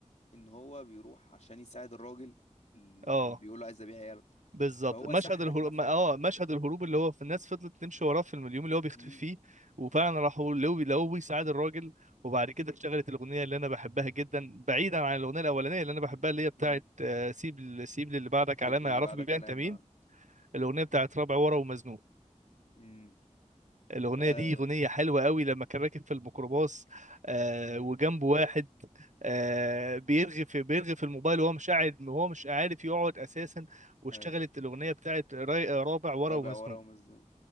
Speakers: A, on the left; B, on the right.
A: ان هو بيروح عشان يساعد الراجل اللي
B: اه
A: كان بيقول له عايز ابيع عياله
B: بالظبط
A: فهو
B: مشهد
A: سحلك
B: الهروب
A: معاه في
B: ما-
A: حتة
B: اه مشهد الهروب اللي هو في الناس فضلت تمشي وراه في اليوم اللي هو بيختفي
A: مم.
B: فيه وفعلا راحوا لقوه لقوه بيساعد الراجل وبعد كده اشتغلت الاغنيه اللي انا بحبها جدا بعيدا عن الاغنيه الاولانيه اللي انا بحبها اللي هي بتاعت
A: مم.
B: آه، سيب ال- سيب للي بعدك
A: سيب
B: علامه
A: لي اللي
B: يعرفوا
A: بعدها
B: بيها
A: كلام
B: انت مين
A: آه.
B: الاغنيه بتاعت رابع ورا ومزنوق
A: مم.
B: الاغنيه
A: لا
B: دي
A: لا
B: اغنيه حلوه قوي لما كان راكب في الميكروباص آه،
A: لا أيوة،
B: وجنبه واحد آه، بيرغي في بيرغي في الموبايل وهو مش قاعد وهو مش عارف يقعد اساسا واشتغلت
A: أيوة.
B: الاغنيه بتاعت راي- رابع ورا
A: رابع
B: ومزنوق
A: ورا ومزنوق